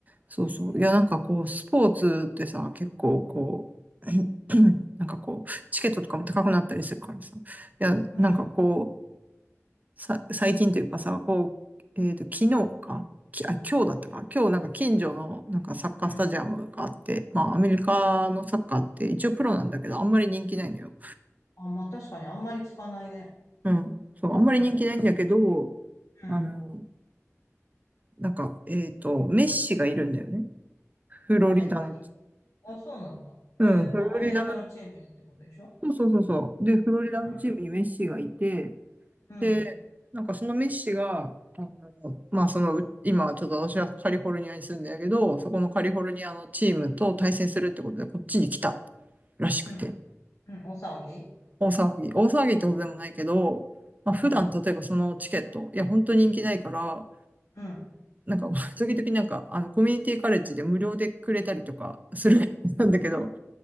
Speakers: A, on the right; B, on the left.
A: そうそう。いや、なんかこう、スポーツってさ、結構こう、<clears throat> なんかこう、チケットとかも高くなったりするからさ、いや、
B: うん、
A: なんかこう、さ、最近というかさ、こう、
B: うん、
A: えっと、昨日か、き、あ、今日だったか、今日なんか近所のなんかサッカースタジアムがあって、
B: うん。
A: まあアメリカのサッカーって一応プロなんだけど、
B: うん
A: あんまり人気ないのよ。
B: あ、まあ確かにあんまり聞かないね。
A: うん。そう、あんまり人気ないんだけど、
B: うん、うん。
A: あの、なんか、えっと、メッシがいるんだよね。フロリダの、
B: アメリカ
A: ん
B: あ、そうなんだ。
A: うん、
B: へえ、
A: フロリダの、
B: あ、アメリカのチームにってことでしょ
A: そうそうそうそう。で、フロリダのチームにメッシがいて、
B: うん、うん、
A: で、なんかそのメッシが、あの、まあその、う今ちょっと私はカリフォルニアに住んでるけど、そこのカリフォルニアのチームと対戦するってことでこっちに来たらしくて、
B: うん、うん、お騒ぎ
A: 大騒ぎ。大騒ぎってことでもないけど、まあ普段例えばそのチケット、
B: うん、
A: いや本当人気ないから、
B: うん、
A: なんか <laughs> 時々なんかあのコミュニティカレッジで無料でくれたりとかする <laughs> なんだけど、
B: うん、